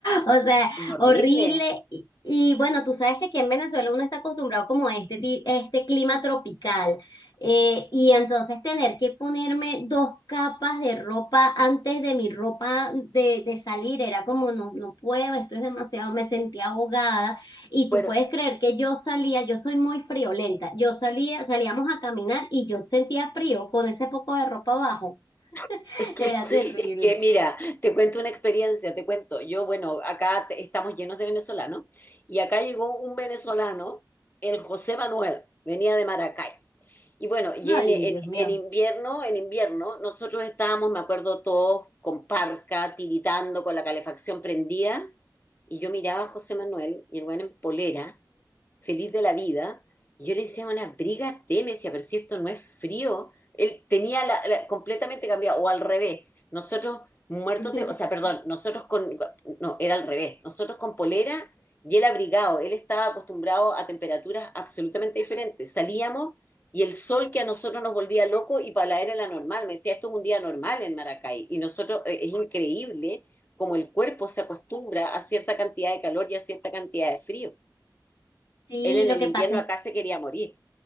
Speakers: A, on the left (about 65°); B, on the left (about 25°).
A: O sea,
B: Es horrible.
A: horrible. Y, y bueno, tú sabes que aquí en Venezuela uno está acostumbrado como a este, ti- este clima tropical. Eh, y entonces tener que ponerme dos capas de ropa antes de mi ropa de, de salir era como no, no puedo, esto es demasiado, me sentía ahogada y tú
B: Bueno,
A: puedes creer que yo salía, yo soy muy friolenta, yo salía, salíamos a caminar y yo sentía frío con ese poco de ropa abajo,
B: <laughs> es que,
A: era terrible.
B: es que mira, te cuento una experiencia, te cuento. Yo, bueno, acá te- estamos llenos de venezolanos y acá llegó un venezolano, el José Manuel, venía de Maracay. Y bueno, y en,
A: Ay,
B: en-
A: Dios mío.
B: en invierno, en invierno, nosotros estábamos, me acuerdo, todos con parca, tiritando, con la calefacción prendida. Y yo miraba a José Manuel y el weón en polera feliz de la vida. Y yo le decía, una briga me decía, pero si esto no es frío, él tenía la, la- completamente cambiado, o al revés. Nosotros muertos
A: <laughs>
B: de, o sea, perdón, nosotros con, no, era al revés, nosotros con polera y él abrigado, él estaba acostumbrado a temperaturas absolutamente diferentes. Salíamos y el sol que a nosotros nos volvía loco y para la era la normal. Me decía, esto es un día normal en Maracay. Y nosotros, eh, es increíble como el cuerpo se acostumbra a cierta cantidad de calor y a cierta cantidad de frío.
A: Sí,
B: Él en
A: lo
B: el
A: que
B: invierno
A: pasa es
B: acá se quería morir.